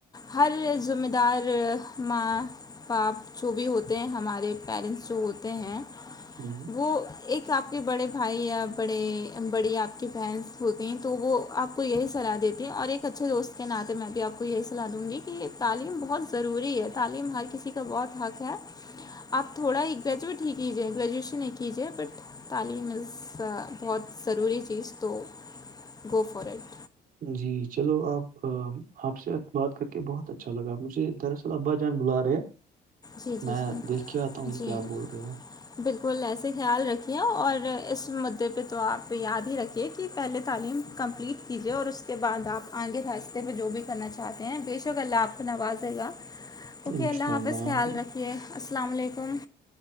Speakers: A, on the left (about 20°); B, on the right (about 55°).
A: ہر ذمہ دار م- پاپ جو بھی ہوتے ہیں ہمارے پیرنٹس جو ہوتے ہیں-
B: ہ
A: وہ ایک آپ کے بڑے- بھائی یا بڑے بڑی آپ کی بہنس ہوتی ہیں تو وہ آپ کو یہی صلاح دیتی ہیں اور ایک اچھے دوست- کے ناطے میں بھی آپ کو یہی صلاح دوں گی کہ تعلیم بہت ضروری ہے تعلیم ہر کسی کا بہت حق ہے- اب تھوڑا ایکچول ٹھیک ہی گریجویشن ایک ہی جائے بٹ تعلیم میں- بہت ضروری چیز تو گو فارڈ-
B: جی چلو آپ- آپ سے بات کر کے بہت اچھا لگا مجھے دراصل- چل ابا جان بلا رہے
A: جی
B: میں
A: جی جی
B: دیکھ کیا تو یہ
A: جی
B: کیا بول رہےا-
A: بالکل ایسے خیال رکھیے اور اس مدعے پہ تو آپ یاد ہی رکھیے کہ پہلے تعلیم- کمپلیٹ کیجیے اور اس کے بعد آپ آگے راستے میں جو بھی کرنا چاہتے ہیں بےشک اللہ آپ کو نوازے گا-
B: <inaudible>
A: اوکے
B: انشاءاللہ
A: اللہ آاپس خیال
B: آمین
A: رکھیے السلام علیکم-